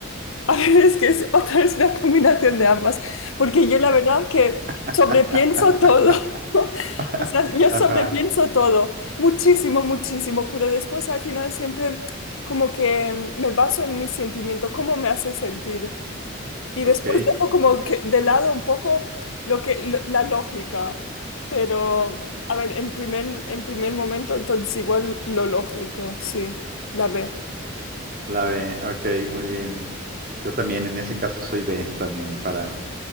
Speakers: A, on the left; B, on the right.
A: <laughs> A ver, es que es otra vez una combinación de ambas, porque yo la verdad que
B: <laughs>
A: sobrepienso todo. <laughs> ¿no? O sea, yo sobrepienso
B: <laughs> Ajá,
A: todo, muchísimo, muchísimo, pero después al final siempre como que me baso en mis sentimientos, cómo me hace sentir. Y
B: ok.
A: después dejo como que de lado un poco lo que, lo- la lógica. Pero, a ver, en primer, en primer momento, entonces igual lo lógico, sí, la B.
B: La B, ok, muy bien. Yo también en ese caso soy B, también para...